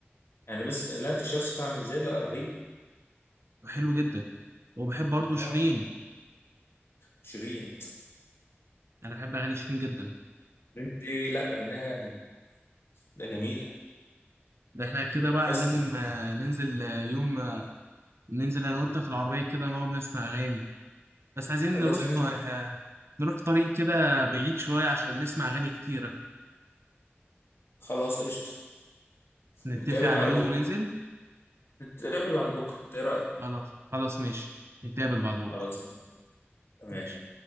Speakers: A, on the left (about 65°); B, on the right (about 75°).
A: يعني بس لا انت شايف صوتها عامل ازاي لا رهيب
B: حلو جدا وبحب برضو
A: اه
B: شيرين
A: شيرين
B: انا بحب اغاني شيرين جدا
A: شيرين دي لا اغانيها يعني لا جميله
B: ده احنا كده بقى
A: بس
B: لازم آه، ننزل آه، يوم آه، ننزل انا وانت في العربيه كده نقعد نسمع اغاني بس عايزين
A: خلاص
B: نروح
A: ننزل
B: ط- آه، نروح طريق كده بعيد شويه عشان نسمع اغاني كتيره
A: خلاص قشطه
B: نتفق
A: نتقابل
B: على
A: بعد
B: يوم
A: بكره
B: وننزل
A: نتقابل بعد بكره انت ايه رايك
B: خلاص خلاص ماشي نتقابل بعد بكرة
A: خلاص تمام
B: ماشي